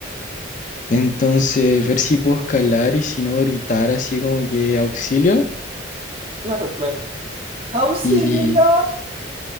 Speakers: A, on the left; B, on the right.
A: Entonces, ver si puedo escalar y si no gritar así como que auxilio
B: Claro, claro. ¡Auxilio!
A: y,